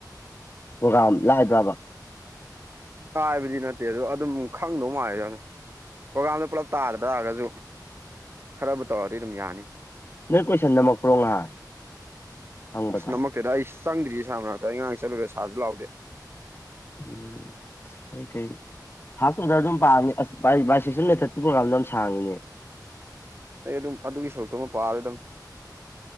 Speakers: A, on the left (about 30°); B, on the right (about 35°).
A: ꯄ꯭ꯔꯣꯒꯥꯝ ꯂꯥꯛꯕ꯭ꯔꯕ
B: ꯍꯥꯏꯕꯗꯤ ꯅꯠꯇꯦ ꯑꯗꯨꯗ ꯑꯗꯨꯝ ꯈꯪꯗꯧ ꯃꯥꯜꯂꯤꯗꯗ ꯄ꯭ꯔꯣꯒꯥꯝꯗꯣ ꯄꯨꯜꯂꯞ ꯇꯥꯗ ꯇꯥꯔꯒꯁꯨ ꯈꯔꯕꯨ ꯇꯧꯔꯗꯤ ꯑꯗꯨꯝ ꯌꯥꯅꯤ
A: ꯅꯣꯏ ꯀꯣꯏꯁꯟ ꯅꯝꯃꯛꯄ꯭ꯔꯣ ꯉꯍꯥꯟ ꯍꯪꯕꯗꯣ
B: ꯑꯁ ꯅꯝꯃꯛꯇꯦꯗ ꯑꯩ ꯆꯪꯗ꯭ꯔꯤ ꯁꯥ ꯃꯔꯅꯥꯛꯇ ꯑꯩꯉꯥꯡ ꯆꯠꯂꯨꯔꯦ ꯁꯥꯔꯁꯨ ꯂꯥꯎꯗꯦ
A: ꯎꯝ ꯑꯩ ꯀꯩ ꯐꯥꯥꯁ ꯑꯣꯔꯗꯔꯗꯨ ꯑꯗꯨꯝ ꯄꯥꯅꯤ ꯑꯥꯏꯁꯟ ꯃꯦꯊꯠꯀꯤ ꯄ꯭ꯔꯣꯒꯥꯝꯗ ꯌꯥꯝ ꯁꯥꯡꯉꯤꯅꯦ
B: ꯑꯩ ꯑꯗꯨꯝ ꯑꯗꯨꯒꯤ ꯁꯔꯨꯛꯇꯨ ꯑꯃ ꯄꯥꯔꯣꯏ ꯑꯗꯨꯝ